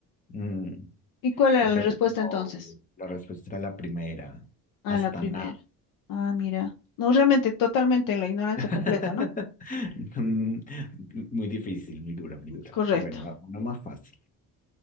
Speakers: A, on the left (about 25°); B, on the left (about 70°).
A: Mm,
B: ¿Y cuál era
A: Pero
B: la Sí. respuesta
A: no,
B: entonces?
A: la respuesta era la primera.
B: Ah,
A: Hasta
B: la primera.
A: nada.
B: Ah, mira. No, realmente, totalmente en la ignorancia
A: <laughs>
B: completa, ¿no?
A: Mm, Muy difícil, muy dura, muy dura.
B: Correcto.
A: Bueno, a- una más fácil.